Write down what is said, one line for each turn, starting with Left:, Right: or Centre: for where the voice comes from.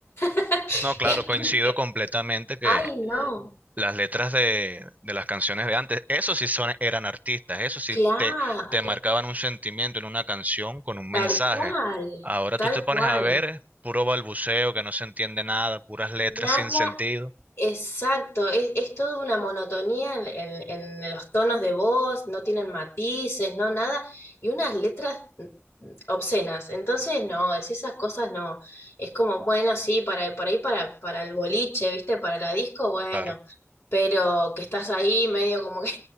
Left: <laughs>
Right: No, claro,
Left: Es
Right: coincido
Left: como que,
Right: completamente que
Left: ay, no,
Right: las letras de, de las canciones de antes, esos sí son, eran artistas, esos sí
Left: claro,
Right: te, te marcaban un sentimiento en una canción con un
Left: tal
Right: mensaje.
Left: cual,
Right: Ahora
Left: tal
Right: tú te pones
Left: cual.
Right: a ver puro balbuceo que no se entiende nada, puras letras
Left: Nada
Right: sin sentido.
Left: Exacto, es, es toda una monotonía en, en- en los tonos de voz, no tienen matices, no nada, y unas letras mm, mm, obscenas. Entonces, no, es esas cosas no. Es como, bueno, sí, para, por ahí para, para el boliche, ¿viste? Para la disco, bueno,
Right: Claro.
Left: pero que estás ahí medio como que